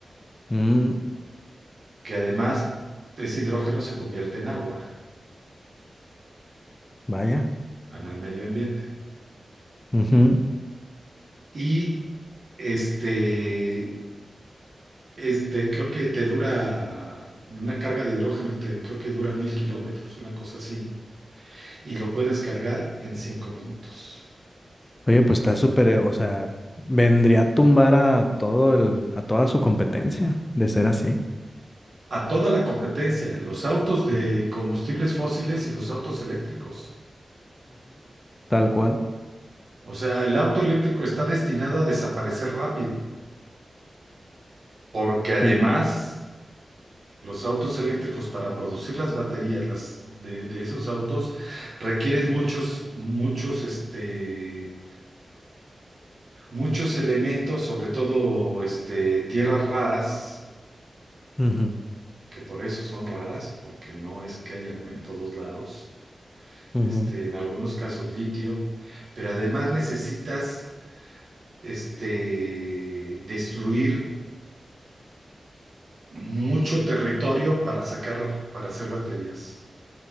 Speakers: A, on the left; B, on the right.
A: mm,
B: que además ese hidrógeno se convierte en agua,
A: vaya,
B: en el medio ambiente.
A: ujú.
B: Y este, este, creo que te dura una carga de hidrógeno, te, creo que dura mil kilómetros, una cosa así, y lo puedes cargar en cinco minutos.
A: Oye, pues está súper, eh, o sea, vendría a tumbar a todo el, a toda su competencia de ser así.
B: A toda la competencia, los autos de
A: Ujú,
B: combustibles fósiles y los autos eléctricos.
A: tal cual.
B: O sea, el auto eléctrico está destinado a desaparecer rápido, porque además
A: Y,
B: Los autos eléctricos para producir las baterías las de, de esos autos requieren muchos, muchos, este, muchos elementos, sobre todo este, tierras raras,
A: ujú,
B: que por eso son raras, porque no es que haya en todos lados,
A: ujú,
B: este, en algunos casos litio, pero además necesitas este, destruir mucho territorio para sacar, para hacer baterías.